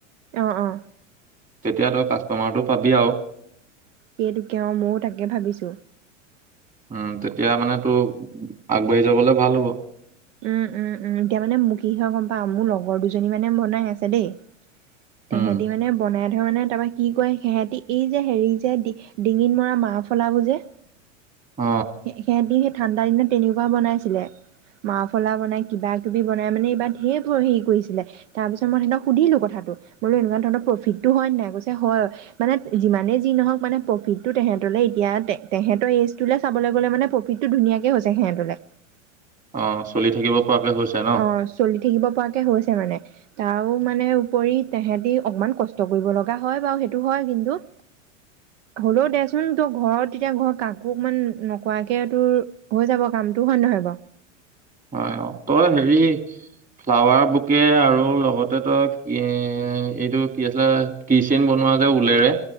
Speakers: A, on the right; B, on the right.
A: অ অ
B: তেতিয়াতো কা তোমাৰো পাবি আৰু
A: সেইটোকে অঁ ময়ো তাকে ভাবিছো।
B: উম তেতিয়া মানে তো আগবাঢ়ি যাবলে ভাল হ'ব
A: উম উম উম এতিয়া মানে মোক কি হয় গম পাওঁ মোৰ লগৰ দুজনী মানে বনাই আছে দেই তেহেতি
B: উম
A: মানে বনাই। ধৰণে তাৰপৰা কি কয় সিহঁতি এই যে হেৰি যে ডিঙিত মৰা মাহ ফলাবোৰ যে
B: অ
A: সিহঁতি সে ঠাণ্ডা দিনত তেনেকুৱা বনাইছিলে মাফলা বনাই কিবা কিবি বনাই মানে এইবাৰ ধেৰ হেৰি কৰিছিলে তাৰপিছত মই সিহঁতক সুধিলো কথাটো বোলো এনেকুৱা ধৰণৰ প্ৰফিটটো হয় ন নাই কৈছে হয় মানে যিমানেই যি নহওক মানে প্ৰফিটটো তেহেঁতলে এতিয়া তেহেঁতৰ এইজটো চাবলৈ গলে মানে প্ৰফিটটো ধুনীয়াকে হৈছে সিহঁতলে
B: অঁ চলি থাকিব পৰাকে হৈছে ন
A: অঁ চলি থাকিব পৰাকে হৈছে মানে, তাৰো মানে উপৰি তহেতি অকমান কষ্ট কৰিব লগা হয় বাৰু সেইটো হয় কিন্তু হলেও দেচোন তোৰ ঘৰত তেতিয়া ঘৰত কাকো অকমান নোকোৱাকে তোৰ হৈ যাব কামতটো হয় নহয় বাৰু
B: হয় অঁ তই হেৰি ফ্লাৱাৰ বুকে আৰু লগতে তই কি এইটো কি আছিলে কিচেন বনোৱা যে ওলেৰে